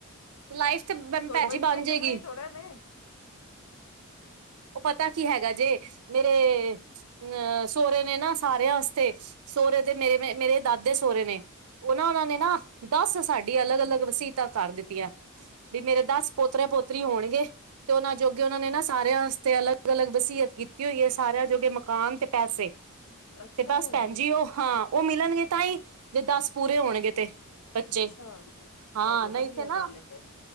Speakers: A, on the right; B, on the left.
A: ਲਾਈਫ ਤੇ
B: ਕੋਈ
A: ਭੈਣ ਜੀ
B: ਬੱਚੇ
A: ਬਣ
B: ਜੰਮਨੇ
A: ਜੇਗੀ।
B: ਈ ਥੋੜਾ ਨੇ।
A: ਓ ਪਤਾ ਕੀ ਹੈਗਾ ਜੇ ਮੇਰੇ ਨ ਸੋਰੇ ਨੇ ਨਾ ਸਾਰਿਆਂ ਵਾਸਤੇ ਸੋਰੇ ਦੇ ਮੇਰੇ ਮੇਰੇ ਦਾਦੇ ਸੋਰੇ ਨੇ ਓਨਾਂ-ਓਨਾਂ ਨੇ ਨਾ ਦਸ ਸਾਡੀ ਅਲੱਗ-ਅਲੱਗ ਵਸੀਤਾਂ ਕਰ ਦਿੱਤੀਆਂ। ਵੀ ਮੇਰੇ ਦਸ ਪੋਤਰੇ-ਪੋਤਰੀ ਹੋਨਗੇ। ਤੇ ਓਨਾਂ ਜੋਗੇ, ਓਨਾਂ ਨੇ ਨਾ ਸਾਰਿਆਂ ਵਾਸਤੇ ਅਲੱਗ-ਅਲੱਗ ਵਸੀਅਤ ਕੀਤੀ ਹੋਈ ਏ ਸਾਰਿਆਂ ਜੋਗੇ ਮਕਾਨ ਤੇ ਪੈਸੇ,
B: ਅੱਛਾ
A: ਤੇ ਬਸ
B: ਭੈਣ
A: ਭੈਨ ਜੀ ਔ ਹਾਂ। ਓ ਮਿਲਗੇ ਤਾਂਈ, ਜੇ ਦਸ ਪੂਰੇ ਹੋਨਗੇ ਤੇ ਬੱਚੇ,
B: ਅੱਛਾ
A: ਹਾਂ
B: ਚਲੋ
A: ਨਈਂ
B: ਵਧੀਆ
A: ਤੇ ਨਾ
B: ਗੱਲ ਹੈ ਭੈਣ